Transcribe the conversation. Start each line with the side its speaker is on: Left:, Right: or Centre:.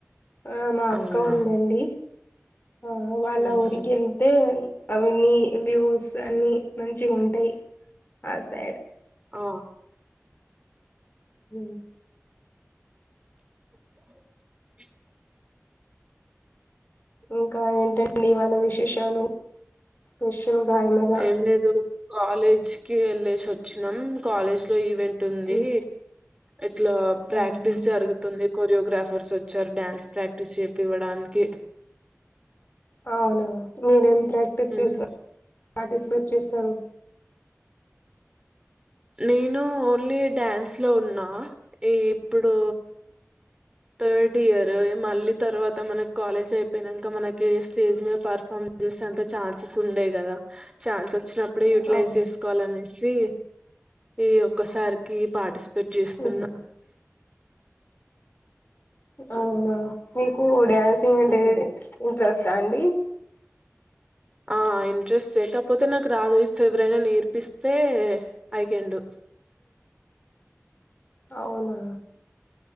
Left: ఆ మా అక్క
Right: అవునా
Left: ఉందండి ఆ అ అళ
Right: ఉహు
Left: ఊరిక వెళ్తే ఇన్ని వ్యూస్ అన్ని మంచిగా ఉంటాయి ఆ సైడ్
Right: ఆ
Left: హ
Right: అ
Left: ఇంకా ఏంటండి ఇవాళ విశేషాలు స్పెషల్ గా ఏమైనా
Right: ఎమ్లేదు కాలేజ్కిి వెళ్ళేసి వచ్చినాం కాలేజ్ లో ఈవెంట్ ఉంది
Left: ఉమ్
Right: ఇట్లా ప్రాక్టీస్
Left: అవునా
Right: జరుగుతుంది కోరియోగ్రాఫర్స్ వచ్చారు డ్యాన్స్ ప్రాక్టీస్ చేపివ్వడానికి
Left: అవునా మీరెం ప్రాక్టీస్
Right: ఉమ్
Left: చేసుస్త పార్టిపేట్ చేస్తాను
Right: నేను ఓన్లీ డ్యాన్స్ లో ఉన్న ఈ ఇప్పుడు థర్డ్ ఇయర్ మళ్ళీ తర్వాత మనకి కాలేజ్ అయిపోయినాక మనకి స్టేజ్ మీద పర్ఫార్మ్ చేసాంట ఛాన్సెస్ ఉండేయి కదా ఛాన్స్ వచ్చినప్పుడు ఇప్పుడు యూటిలైజ్
Left: అవును
Right: చేసువాల అనే తే ఈ ఒక్కసారికి పాటిసిప పెట్ చేస్తున్న
Left: ఉమ్. అవునా మీకుడ ంట
Right: ఉమ్.
Left: ్రస్ా అండి
Right: ఆ ఇంట్రెస్ట్ లేకపోతే నాకు రాదు ఇఫ ఎవరైనా నేర్పిస్తే ఈ కాన్ డూ
Left: అవునా